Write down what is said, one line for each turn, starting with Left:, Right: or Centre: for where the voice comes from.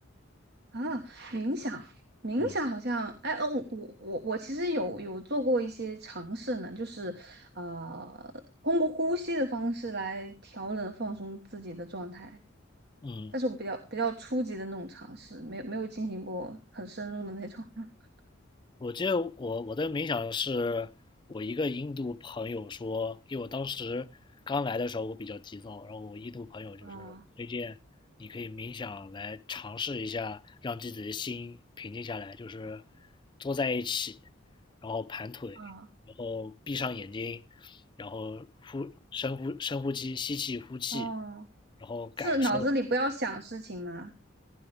Right: 啊，冥想，冥想好像，
Left: 嗯
Right: 哎，呃，我我我我其实有有做过一些尝试呢，就是呃，通过呼吸的方式来调整放松自己的状态，
Left: 嗯，
Right: 但是我比较比较初级的那种尝试，没有没有进行过很深入的那种。<laughs>
Left: 我记得我我的冥想是我一个印度朋友说，因为我当时刚来的时候我比较急躁，然后我印度朋友就是推荐你可以冥想来尝试一下，
Right: 啊
Left: 让自己的心平静下来，就是坐在一起，然后盘腿，
Right: 啊
Left: 然后闭上眼睛，然后呼深呼深呼吸，吸气呼气，
Right: 啊，
Left: 然后感受
Right: 是脑子里不要想事情吗？